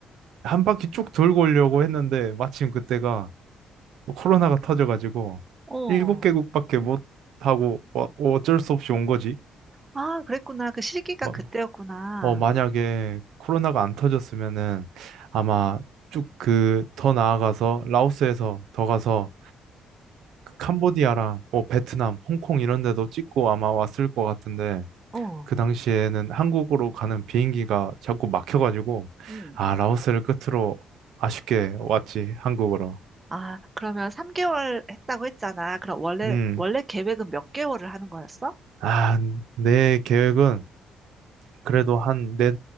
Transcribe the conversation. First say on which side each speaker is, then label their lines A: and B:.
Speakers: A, on the right; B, on the right.
A: 한 바퀴 쭉 돌고 오려고 했는데 마침 그때가 뭐 코로나가 터져가지고
B: 어.
A: 일곱 개국밖에 못 하고 어- 어쩔 수 없이 온 거지.
B: 아, 그랬구나. 그 시기가
A: 막,
B: 그때였구나.
A: 어, 만약에 코로나가 안 터졌으면은 아마 쭉 그 더 나아가서 라오스에서 더 가서 캄보디아랑 뭐 베트남, 홍콩 이런 데도 찍고 아마 왔을 것 같은데
B: 어.
A: 그 당시에는 한국으로 가는 비행기가 자꾸 막혀가지고
B: 응.
A: 아 라오스를 끝으로 아쉽게 왔지 한국으로.
B: 아, 그러면 3개월 했다고 했잖아. 그럼 원래
A: 음.
B: 원래 계획은 몇 개월을 하는 거였어?
A: 아, 내 계획은 그래도 한 네,